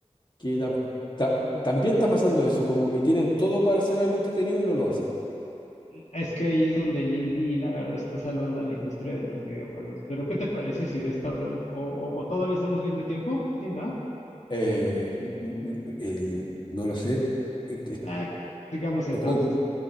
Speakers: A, on the left; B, on the left.
A: que tam- ta- también está pasando eso, como que tienen todo para hacer algo entretenido y no lo hacen.
B: Es que ahí es donde el indie, la verdad, está salvando a la industria de los videojuegos. Pero, ¿qué te parece si de esta hablamos? O, o- o todavía estamos bien de tiempo? Sí, ¿no?
A: Eh, m- m- el- no lo sé. et- et-
B: Ah, sigamos entonces.
A: o cu-